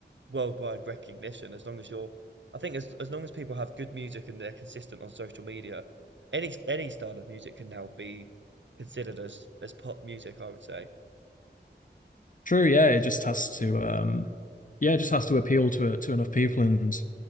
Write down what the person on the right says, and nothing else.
worldwide recognition as long as you're I think as as long as people have good music and they're consistent on social media, any any style of music can now be considered as as pop music, I would say.